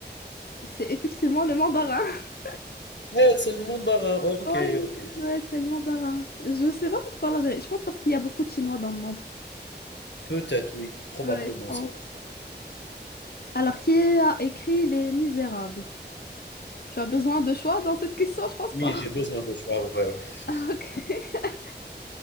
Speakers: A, on the left; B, on the left.
A: C'est effectivement le mandarin. <laughs>
B: Eh, c'est le mandarin. OK,
A: Ouais,
B: OK.
A: ouais, c'est le mandarin. Je sais pas pourquoi la vérité. Je pense parce qu'il y a beaucoup de Chinois dans le monde.
B: Peut-être, oui, probablement,
A: Ouais, je pense.
B: c'est pour ça.
A: Alors, qui a écrit Les Misérables? Tu as besoin de choix dans cette question? Je pense
B: Oui,
A: pas.
B: j'ai
A: <laughs>
B: besoin de choix, ouais, ouais.
A: Ah, ok. <laughs>